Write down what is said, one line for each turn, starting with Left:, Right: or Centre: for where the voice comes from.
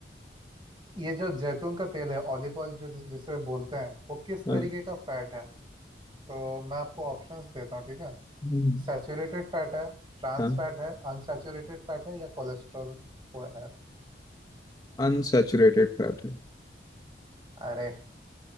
Right: ये जो जैतून का तेल है ऑलिव ऑयल जो जिसे बोलते हैं वो किस
Left: हाँ
Right: तरीके का फैट है तो मैं आपको ऑप्शंस देता हूँ ठीक है
Left: हम्म,
Right: सैचुरेटेड फैट है ट्रांस
Left: हाँ
Right: फैट है अनसैचुरेटेड फैट है या कोलेस्ट्रॉल हो है
Left: अनसैचुरेटेड फैट है
Right: अरे